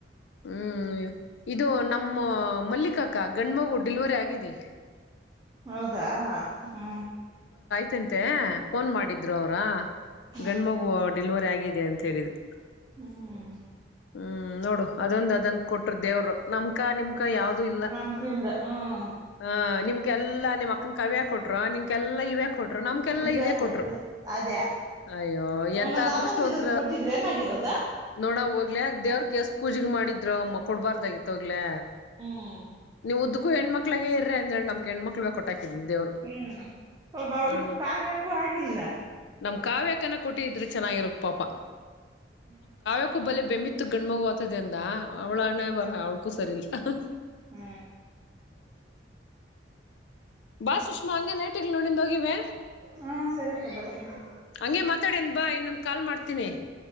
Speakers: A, on the left; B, on the right.
A: ಹೂ ಇದು ನಮ್ಮ ಮಲ್ಲಿಕ ಅಕ್ಕ ಗಂಡು ಮಗು ಡಿಲಿವರಿ ಆಗಿದೆ
B: ಹೌದಾ ಹೂ
A: ತಂತೆ ಫೋನ್ ಮಾಡಿದ್ರು ಅವ್ರಾ
B: ಹ್ಮ್
A: ಗಂಡು ಮಗು ಡೆಲಿವರಿ ಆಗಿದೆ ಅಂತ ಹೇಳಿದ್ರು
B: ಹ್ಮ್
A: ಹೂ ನೋಡು ಅದೊಂದ್ ಅದಂದು ಕೊಟರು ದೇವರು ನಮಕ ನಿಮ್ಕ
B: ಹ್ಮ್
A: ಯಾವ್ದೂ ಇಲ್ಲ
B: ನಮ್ ಕಿಲ್ದ ಹ್ಮ್
A: ಆ ನಿಮ್ ಎಲ್ಲ ನಿಮ್ಮ ಅಕ್ಕನ ಕವಿಯಾ ಕೊಟ್ರು ನಿ ಲ್ಲಾ ಇವೇ ಕೊಟರು ನಮ್ಕಲ್ಲಾ
B: ಇವೇ
A: ಇದ
B: ಕೊಟ್ರಿ
A: ಕೊಟ್ರು
B: ಅದೇ
A: ಅಯ್ಯೋ
B: ಒಂದೊಂದ್
A: ಎಂತ ಅದೃಷ್ಟವಂತರೋ
B: ಅದೊಂದು ಇದೊಂದು ಕೊಟ್ಟಿದ್ರೆ ಏನಾಗಿರೋದ
A: ನೋಡ ಹೋಗ್ಲಾ ದೇವ್ರಕ್ ಎಷ್ಟು ಪೂಜೆ ಮಾಡಿದ್ರು ಮಕ್ಕ ಕೊಡಬಾರ್ದಾಗಿತಹೋಗಲೇ
B: ಹ್ಮ್
A: ನೀವುದು ಹೆಣ್ಮಕ್ಳು ಮಕ್ಳಗ ಇರ್ರೆ ಅಂದೇಳಿ ನಮ್ ಹೆಣ್ಮಕ್ಳ ಕೊಟ್ಟಾಕಿದ್ದ ದೇವ್ರು
B: ಹ್ಮ್ ಒಬ್ಬ ಅವಳಕು
A: ಹೂ
B: ಕಾವ್ಯಕ್ಕೂ ಆಗಿಲ್ಲ
A: ನಮ್ ಕಾವ್ಯಾಕನ ಕೊಟ್ಟಿದ್ರೆ ಚೆನ್ನಾಗಿ ಇರೋದುಪಾಪ
B: ಹ ಹ
A: ಯಾಕು
B: ಹ
A: ಬಲೆ ಬೆಮ್ಮಿತ್ತು ಗಂಡುಮಗು ಆಗುತ್ತೆ ಅಂದ ಅವಳಣ್ಣೇ ಅವಳಕು ಸರಿ ಇಲ್ಲ ಹ
B: ಹೂ
A: ಬಾ ಸುಷ್ಮಾ ಹಂಗೆ ನೈಟಿಗ್ಲ್ ನೋಡಂದು ಹೋಗಿವೆ
B: ಹಾ ಸರಿ ಅಕ್ಕ ಬರ್ತೀನಿ
A: ಹಂಗೆ ಮಾತಾಡನ್ ಬಾ ಇನ್ನೊಂದು ಕಾಲ್ ಮಾಡ್ತೀನಿ